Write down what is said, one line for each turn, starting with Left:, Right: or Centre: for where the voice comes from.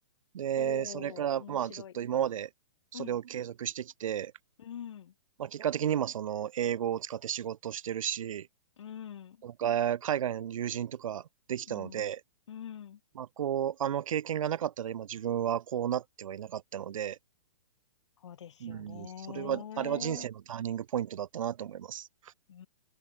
Right: で、
Left: おー、
Right: それからまあずっと今までそれを継続してきて、
Left: 面白い。うん。うん。
Right: まあ結果的に今その英語を使って仕事をしてるし、
Left: うん。
Right: なんか海外の友人とかできたので、
Left: うん。うん。
Right: まあこう、あの経験がなかったら今自分はこうなってはいなかったので、
Left: そうですよね。
Right: うん、それは、あれは人生のターニングポイントだったなと思います。
Left: うー